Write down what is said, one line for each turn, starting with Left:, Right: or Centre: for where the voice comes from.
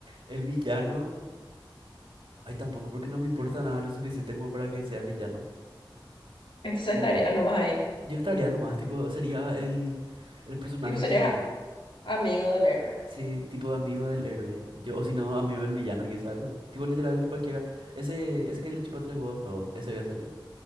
Right: El villano, ay, tampoco, porque no me importa nada lo suficiente como para que sea villano.
Left: Entonces
Right: Y
Left: estarías nomás ahí.
Right: yo estaría nomás, tipo, sería el, el personaje
Left: Tipo, serías
Right: que,
Left: amigo del héroe.
Right: sí, tipo amigo del héroe. Yo, o si no, amigo del villano, quién sabe también. Tipo, literal, cualquiera. Ese, ese que le chupa tres huevos todo, ese voy a ser yo.